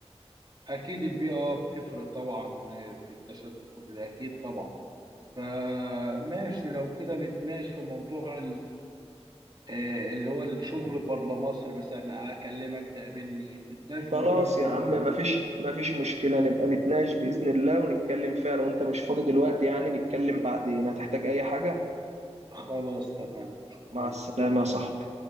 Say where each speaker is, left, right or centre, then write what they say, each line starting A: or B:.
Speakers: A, on the right (about 40°); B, on the right (about 75°).
A: اكيد البيئة اه بتفرق طبعا في التشتت وكده اكيد طبعا فماشي لو كده نتناقش في موضوع آه، اللي هو الشغل بره مصر مثلا اكلمك تقابلني نتناقش في
B: خلاص
A: موضوع الشغل
B: يا عم
A: بره
B: مفيش
A: مصر
B: مفيش مشكلة نبقى نتناقش بإذن الله ونتكلم فيها لو أنت مش فاضي دلوقتي يعني نتكلم بعدين هتحتاج أي حاجة
A: خلاص تمام شكرا
B: مع السلامة يا صاحبي